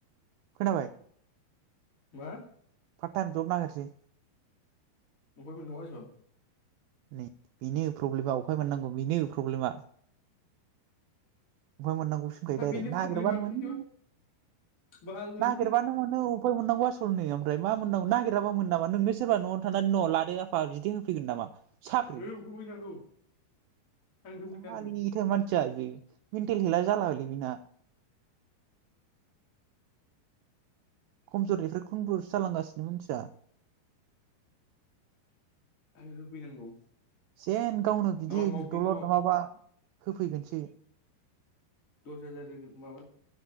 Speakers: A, on the right; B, on the left.
A: खोनाबाय
B: मा
A: पार्ट टाइम जब नागिरसै
B: अभाय मोन्नांगौ आसल
A: बेनि प्रब्लेमा अफाय मोनाननांगौ बेनि प्रब्लेमा उफाय मोननांगौसिनिफ्राय
B: हा
A: डाइरेक्
B: बेनो
A: नागिरबानो
B: प्रब्लेमा ओंखायनोथ'
A: मोनो
B: बाहाल मोननो
A: नागिरबानो मोनो उफाय मोननांगौ आल ओमफ्राय मा मोननांगौ नागिराबा मोनो नामा नोंनो सोरबा नआव थानानै न लादो आफा बिदि होफैगोन नामा साख्रि
B: औ होफैनांगौ आं होफैथारगौ
A: जालि थार मानसिया बियो, मेन्टेल हेल्था जालालै बेना खमजरनिफ्राय खमजरसो जालांगासिनो मानसिया
B: आंनो होफैनांगौ
A: जेन गावनो बिदि
B: न' मावदो
A: दलद
B: न'
A: नङाबा होफैगोनसो
B: दस हाजार माबा